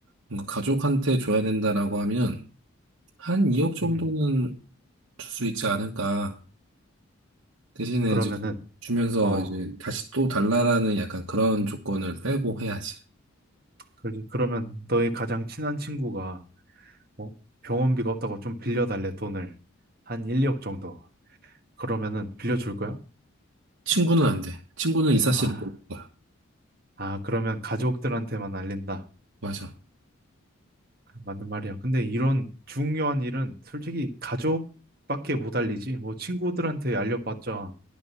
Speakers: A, on the right; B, on the right.
A: 뭔가 가족한테 줘야 된다라고 하면 한 2억 정도는
B: 음
A: 줄 수 있지 않을까. 대신에
B: 그러면은
A: 이제 주면서
B: 어
A: 이제 다시 또 달라라는 약간 그런 조건을 빼고 해야지.
B: 그러지 그러면 너의 가장 친한 친구가 어 병원비가 없다고 좀 빌려달래 돈을 한 1, 2억 정도 그러면은 빌려줄 거야?
A: 친구는 안 돼. 친구는 이 사실을
B: 아,
A: 모를 거야.
B: 아, 그러면 가족들한테만 알린다.
A: 맞아.
B: 맞는 말이야. 근데 이런 중요한 일은 솔직히 가족밖에 못 알리지. 뭐 친구들한테 알려봤자